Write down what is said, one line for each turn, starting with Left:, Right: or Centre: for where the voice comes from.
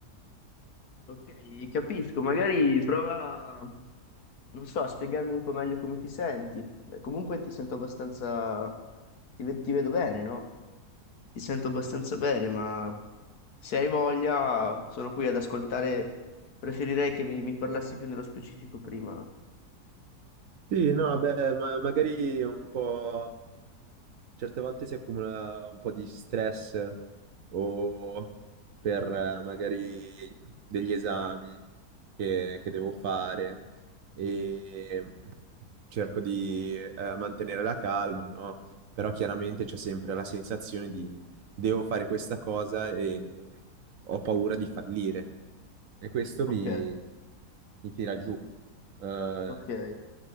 Left: Ok, capisco, magari prova, non so, a spiegarmi un po' meglio come ti senti. Beh, comunque ti sento abbastanza, ti, ve- ti vedo bene, no? Ti sento abbastanza bene, ma se hai voglia, sono qui ad ascoltare, preferirei che mi, mi parlassi più nello specifico prima.
Right: Sì, no, beh, ma- magari un po', certe volte si accumula un po' di stress o per eh, magari degli esami che, che devo fare e cerco di eh, mantenere la calma, no? Però chiaramente c'è sempre la sensazione di devo fare questa cosa e ho paura di fallire e questo
Left: Ok,
Right: mi mi tira giù. Eh,
Left: ok.